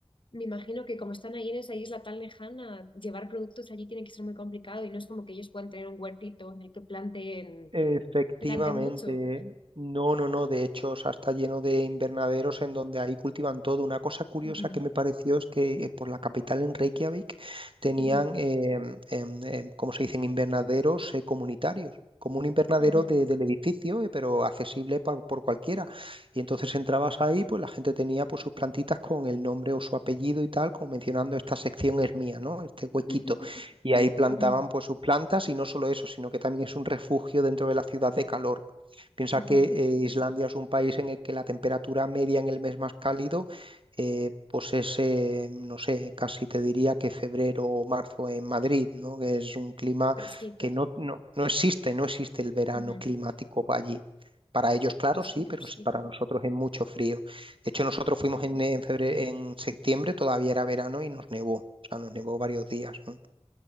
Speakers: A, on the left; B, on the right.
A: Me imagino que como están ahí en esa isla tan lejana, llevar productos allí tiene que ser muy complicado y no es como que ellos puedan tener un huertito en el que planten,
B: Efectivamente.
A: planten mucho.
B: No, no, no. De hecho, o sea, está lleno de invernaderos en donde ahí cultivan todo. Una cosa curiosa
A: Ujú,
B: que me pareció es que eh, por la capital en Reykjavik tenían,
A: ujú,
B: em, em, em, ¿cómo se dicen? Invernaderos eh, comunitarios. Como un invernadero
A: ujú,
B: de- del edificio, eh, pero accesible pa- por cualquiera. Y entonces entrabas ahí, pues la gente tenía pues, sus plantitas con el nombre o su apellido y tal, como mencionando esta sección es mía, ¿no? Este huequito
A: <laughs>
B: y ahí plantaban
A: ujú,
B: pues sus plantas y no solo eso, sino que también es un refugio dentro de la ciudad de calor. Piensa
A: ujú.
B: que eh, Islandia es un país en el que la temperatura media en el mes más cálido eh, pues es, eh, no sé, casi te diría que febrero o marzo en Madrid, ¿no? Que es un clima
A: Fresquito,
B: que no, no, no existe, no existe el verano
A: ujú,
B: climático allí. Para ellos, claro,
A: Fresquito,
B: sí, pero
A: fresquito.
B: sí para nosotros es mucho frío. De hecho, nosotros fuimos en, en febre- en septiembre, todavía era verano y nos nevó, o sea, nos nevó varios días, ¿no?